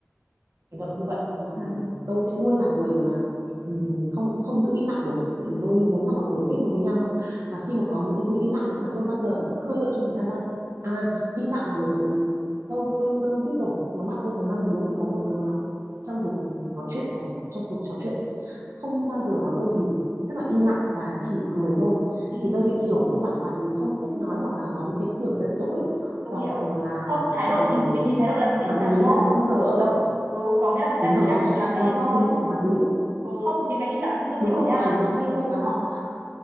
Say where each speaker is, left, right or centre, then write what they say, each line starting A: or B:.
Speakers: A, on the right; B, on the right.
A: hành động như vậy mà
B: Ừ.
A: tôi sẽ luôn là người mà ừm, không không giữ im lặng được bởi
B: Ừ.
A: vì
B: Ừ.
A: tôi muốn là mọi người kết nối với nhau và khi mà có những cái người im lặng ấy, là tôi bao giờ cũng khơi gợi cho người ta ra à im lặng là một ừm, tôi tôi tôi biết rồi nhóm bạn tôi có năm đứa thì có một đứa nó trong cuộc ừm, nói chuyện hoặc cuộc- trong cuộc trò chuyện không bao giờ nói câu gì tức là
B: Ừ.
A: im lặng và chỉ cười thôi
B: ừ.
A: thì tôi hiểu không phải là bạn ấy không thích nói hoặc là có những cái kiểu giận dỗi
B: tôi
A: hoặc
B: hiểu
A: là
B: không thái độ
A: ừm,
B: nhìn mình nhìn thái độ là mình biết
A: bạn
B: mà
A: ý
B: đúng không
A: bạn ấy không thờ ơ đâu
B: ừ có nghĩa là người ta
A: Đúng rồi,
B: chỉ đang muốn lắng nghe
A: là do
B: thôi
A: tính cách của bạn ấy.
B: ừ không những cái im lặng thì tôi
A: Đúng
B: hiểu
A: rồi,
B: nha
A: họ chỉ muốn lắng nghe thôi và họ